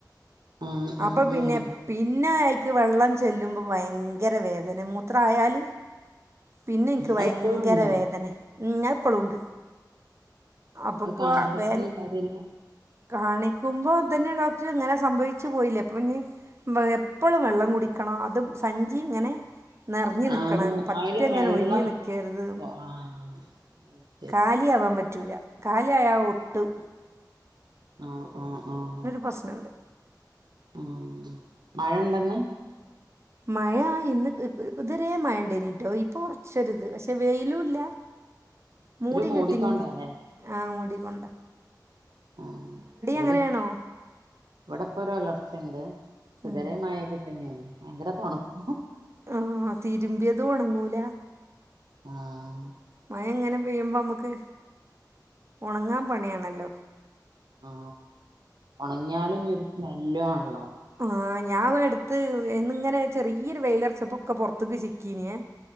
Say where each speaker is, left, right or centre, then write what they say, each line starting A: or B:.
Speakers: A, on the right (about 70°); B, on the right (about 35°).
A: ആഹ്
B: അപ്പം
A: ആഹ്
B: പിന്നെ
A: ആഹ് ആഹ്
B: പിന്നെ അയിക്ക് വെള്ളം ചെല്ലുമ്പോൾ ഭയങ്കര വേദന മൂത്രയാൽ പിന്നെ ഇൻക്ക് ഭയങ്കര
A: അത് ഇപ്പഴും ഉണ്ടോ
B: വേദനേ അത് ഇപ്പളും ഉണ്ട്. അപ്പപ്പോ
A: അത് കാണിച്ചപ്പളൊന്നും
B: വേ
A: കാര്യല്ല
B: കാണിക്കുമ്പോ ഇതന്നെ ഡോക്ടർ ഇങ്ങനെ സംഭവിച്ചു പോയില്ലേ അപ്പം ഇനി, എപ്പഴും വെള്ളം കുടിക്കണം അതും സഞ്ചി ഇങ്ങനെ നിറഞ്ഞു നിക്കണം
A: ആമൂ
B: പറ്റങ്ങനെ
A: അയില് വെള്ളം
B: ഒഴിഞ് നിക്കരുത് ന്ന്.
A: <unintelligible>
B: കാലിയാവാൻ പറ്റൂല കാലി ആയാ ഒട്ടും.
A: ആഹ് ആഹ് ആഹ്.
B: പ്രശ്നണ്ട്.
A: ഉം മഴണ്ടെന്ന്.
B: മഴ ഇന്ന് ഇതരേ മഴണ്ടേനീട്ടോ. ഇപ്പൊ കുറച്ചൊരിത്, പക്ഷെ വെയിലുംല്ല. മൂടി
A: ഒരു മൂടിക്കൊണ്ടാല്ലേ
B: കെട്ടിങ് ആഹ് മൂടിക്കൊണ്ടാ.
A: ആ ഇവിടിം,
B: അങ്ങനെയാണോ
A: ഇവിടെപ്പൊ ഒരു ഒലർച്ചണ്ട്.
B: ഉം
A: ഇതരെ മഴൊക്കെ തന്നെയ്നി ഭയങ്കര തണുപ്പ.
B: ആഹ് തിരുമ്പിയതും ഒണങ്ങൂല.
A: ആഹ്.
B: മഴങ്ങനെ പെയ്യുമ്പോ മ്മക്ക് ഒണങ്ങാൻ പണിയാണല്ലോ.
A: ആ ഒണങ്ങിയാലും ഒരു സ്മെല്ലു ആണല്ലോ.
B: ആഹ്. ഞാൻ ഇവിടെ അടുത്ത് എന്നിങ്ങനെ ചെറിയൊരു വെയിലറച്ചപ്പൊക്കെ പുറത്തേക്ക് ചിക്കീനേ.